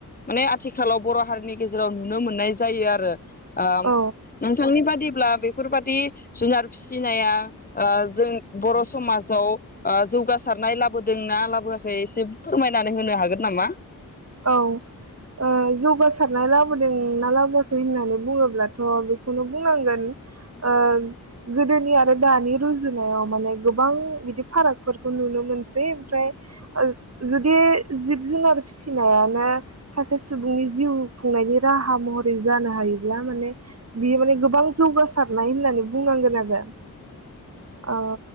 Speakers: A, on the left; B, on the right.
A: माने आथिखालाव बर' हारिनि गेजेराव नुनो मोननाय जायो आरो ओ
B: औ
A: नोंथांनि बादि ब्ला बेफोरबादि जुनार फिसिनाया ओ जों बर' समाजाव ओ जौगासारनाय लाबोदोंना लाबोआखै एसे फोरमायनानै होनो हागोन नामा?
B: औ ओ जौगासारनाय लाबोदों ना लाबोआाखै होननानै बुङोब्लाथ' बेखौनो बुंनांगोन ओ गोदोनि आरो दानि रुजुनायाव माने गोबां बिदि फारागफोरखौ नुनो मोनसै ओमफ्राय जुदि जिब जुनार फिसि फिसिनायानो सासे सुबुंनि जिउ खुंनायनि राहा महरै जानो हायोब्ला माने बियो माने गोबां जौगासारनाय होननानै बुंनांगोन आरो। औ